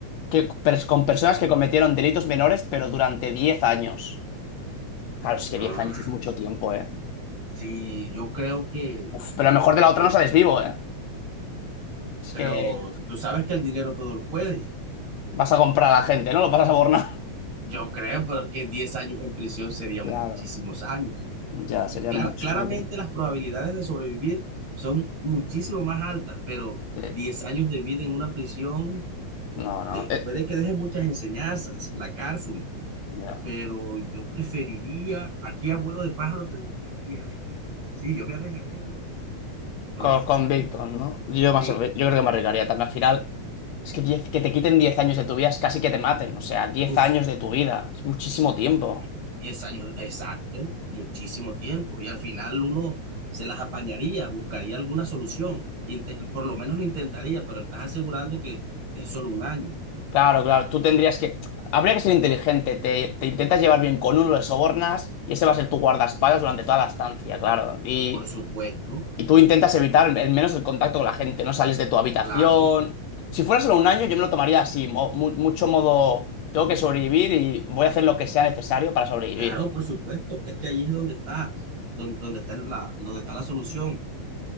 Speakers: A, on the left; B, on the right.
A: que, per- con personas que cometieron delitos menores, pero durante 10 años? Claro, es que
B: Ah,
A: 10 años es mucho tiempo, ¿eh?
B: sí, yo creo que,
A: Uf, pero a lo mejor de la otra
B: que
A: no sales vivo, ¿eh? Es
B: pero
A: que
B: tú sabes que el dinero todo lo puede.
A: vas a comprar a la gente, ¿no? Lo vas a borrar. <laughs>
B: Yo creo, pero es que 10 años en prisión serían
A: Claro,
B: muchísimos años.
A: ya sería
B: clara
A: muchísimo
B: claramente
A: tiempo.
B: las probabilidades de sobrevivir son muchísimo más altas, pero
A: Eh,
B: 10 años de vida en una prisión
A: No, no.
B: de-
A: eh,
B: puede que deje muchas enseñanzas, la cárcel,
A: ya.
B: pero yo preferiría, aquí abuelo de pájaro te diría que me arriesgaría. Sí, yo me arriesgaría con los, con los, con
A: Con,
B: los asesinos.
A: con Víctor,
B: me arriesgaría.
A: ¿no? Yo, más,
B: Sí,
A: yo creo que me arriesgaría también. Al final, es que, 10 que te quiten 10 años de tu vida es casi que te maten. O sea, diez
B: uff.
A: años de tu vida. Es muchísimo
B: de-
A: tiempo.
B: de 10 años, exacto, muchísimo tiempo. Y al final uno se las apañaría, buscaría alguna solución, inte- por lo menos lo intentaría, pero estás asegurando que es solo un año.
A: Claro, claro. Tú tendrías que... Habría que ser inteligente. Te, te intentas llevar bien con uno, le sobornas y ese va a ser tu guardaespaldas durante toda la estancia, claro. Y,
B: Sí, por supuesto,
A: y tú intentas evitar al menos el contacto con la gente. No sales de tu habitación.
B: claro,
A: Si fuera solo un año, yo me lo tomaría así. mo- mu- mucho modo... Tengo que sobrevivir y voy a hacer lo que sea necesario para sobrevivir.
B: claro, por supuesto. Es que ahí es donde está, don- donde, está la, donde está la solución.